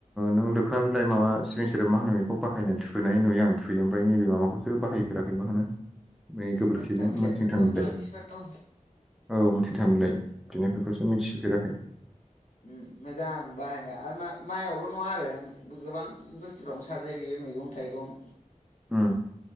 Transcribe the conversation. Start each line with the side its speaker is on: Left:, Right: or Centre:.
Centre: नों लोख्रा बिलाइ माबा सिबिं सोदोब मा होनो बेखौ बाहायो। बाहायनो थुनाय नुयो आं थुयो ओमफ्राय नैबे माबाखौसो बाहायफेराखै मा होनो बेै गोबोरखिजों
Left: मोनथिथां बिलाइफोरखौ
Centre: मोनथिं थां बिलाय
Left: गोबोरखिफोरखौ
Centre: औ मोनथिं थां बिलाय बिनाय बेखौसो मिथिफेराखै
Left: ओ मोजां बाहायबाय आरो म माइआवल' नङा आरो गोबां बुस्थुफ्रावनो साजायो बेयो मैगं थाइगं
Centre: उम